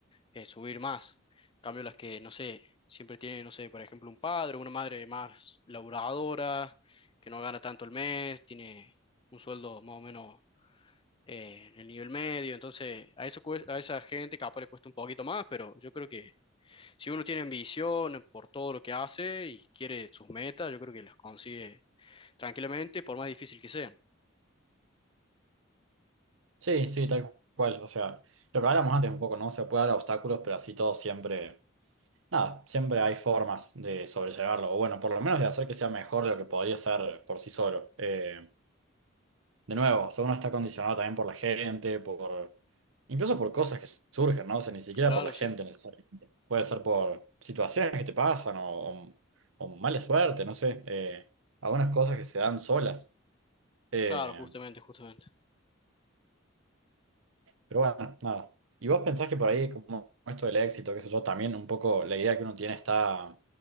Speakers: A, on the left; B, on the right.
A: eh, subir más. En cambio, las que, no sé, siempre tienen, no sé, por ejemplo, un padre, una madre más laburadora, que no gana tanto el mes, tiene un sueldo más o menos eh, en el nivel medio, entonces a eso cues- a esa gente capaz le cuesta un poquito más, pero yo creo que si uno tiene ambición por todo lo que hace y quiere sus metas, yo creo que las consigue tranquilamente, por más difícil que sean.
B: Sí, sí, tal cual. O sea, lo que hablamos antes un poco, ¿no? Se puede dar obstáculos, pero así todo siempre, nada, siempre hay formas de sobrellevarlo, o bueno, por lo menos de hacer que sea mejor de lo que podría ser por sí solo. Eh, de nuevo, o sea, uno está condicionado también por la gente, por, incluso por cosas que surgen, ¿no? O sea, ni siquiera
A: Claro,
B: por la gente
A: sí,
B: necesariamente. Puede ser por situaciones que te pasan o, o- o mala suerte, no sé, eh, algunas cosas que se dan solas. Eh,
A: claro, justamente, justamente.
B: Pero bueno, nada. ¿Y vos pensás que por ahí, como esto del éxito, qué sé yo, también un poco la idea que uno tiene está,